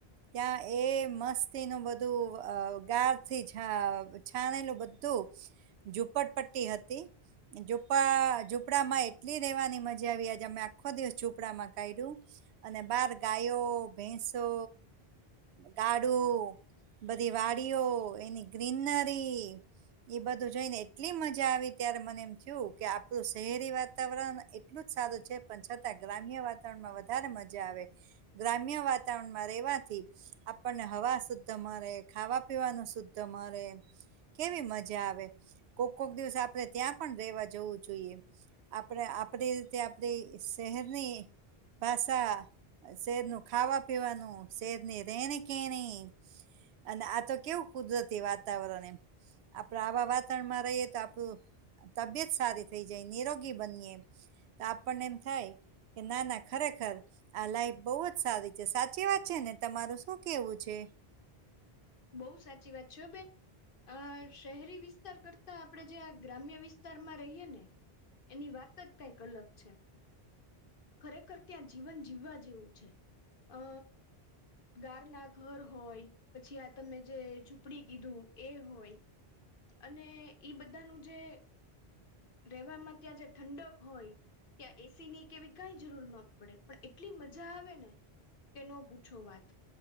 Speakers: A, on the right; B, on the left.
A: ત્યાં એ મસ્તીનું બધું ગાાર થી છ છાણેલું તું ઝુપટપટ્ટી હતી. ઝૂપડાા ઝૂપડા માં એટલી રહેેવાની મજા આવી આજે અમે આખો દિવસ ઝૂપડા માં. કું અને બાર ગાયો ભેસો ગાડું બધી વાડીઓ એની ગ્રીનરી એ બધું જઈ ને એટલી મજા આવી ત્યારે મને એમ થયું કે આપણું શહેરી વાતાવરણ એટલું જ સારું છે. પણ છતાં ગ્રામ્ય વાતાવરણમાં વધારે મજા આવે. ગ્રામ્ય વાતાવરણમાં રહેવાથી. આપણને હવા શુદ્ધ મળરે, ખાવા પીવાનું શુદ્ધ મળે. કેવી મજા આવે કોક કોક દિવસ આપણે ત્યાં પણ રહેેવા જવું જોઈએ. આપણે આપણી રીતે આપણી શહેરની પાસાા શેર ન ખાવા પીવાનું શેરની રેણી કેણી અને આ તો કેવું કુદરતી વાતાવરણ એમ આપડ આવા વાતાવરણમાં રહીએ તો આપડું તબિયત સારી થઈ જાય નિરોગી બનીએ એ તો આપણને એમ થાય કે ના ના ખરેખર આ લાઈફ બહુ જ સારી છે. સાચી વાત છે, ને તમારું શું કેવું છે.
B: બઉુ સાચી વાત છે બેન. અ શહેરી વિસ્તાર કરતા આપણેે જેં ગ્રામ્ય વિસ્તારમાં રહીએ ને એની વાત જ કઈક અલગ છે. ખરેખર ત્યાં જીવન જીવવા જેવું છે. અ ગારના ઘર હોય પછી આ તમે જે ઝૂંપડી કીધું એ હોય. અને ઈ બધાનું જે રહે માટે આજે ઠંડક હોય. કયા એસીની કેવી કંઈ જરૂર ના પડે પણ એટલી મજા આવેને કેનો પૂછું વાત.